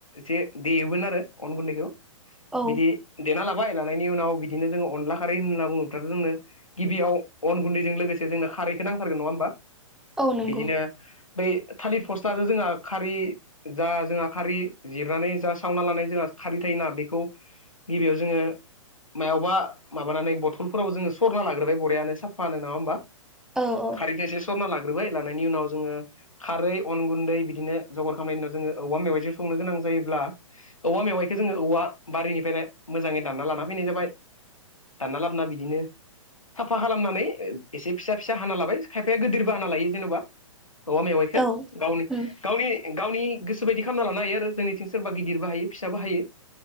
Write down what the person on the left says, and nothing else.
जे देयोमोन आरो अन गुन्दैखौ
बिदि देना लाबाय लानायनि उनाव बिदिनो जोङो अनला खारै होनना बुङबोबायथादों जोंनो। गिबियाव अन गुन्दैजों लोगोसे जोंनो खारैखौ नांथारगोन नङा होमबा
बिदिनो बै थालिर फस्टजों जोंहा खारि जा जोंहा खारि जिरनानै जोंहा सावना लानाय जोंहा खारि थायोना बेखौ गिबियाव जोङो मायावबा माबानानै बथलफोराव जोङो सरना लाग्रोबाय बराययानो साफानो नङा होमबा।
खारिखो एसे सरना लाग्रोबाय लानायनि उनाव जोङो खारै अन गुन्दै बिदिनो जगार खालामनायनि उनाव जोङो औबवा मेवाइजों संनो गोनां जायोब्ला औवा मेवाइखौ जोङो औवा बारिनिफ्रायनो मोजाङै दानना लाना फैनाय जाबाय। दानना लाबा बिदिनो। साफा खालामनानै एसे फिसा फिसा हाना लाबाय खायफाया गिदिरबो हाना लायो जेनबा। औवा मेवाइखौ
गावनि
गावनि गावनि गोसोबायदि खालामना लानो हायो आरो जोंनिथिं सोर बा गिदिरबो हायो फिसाबो हायो।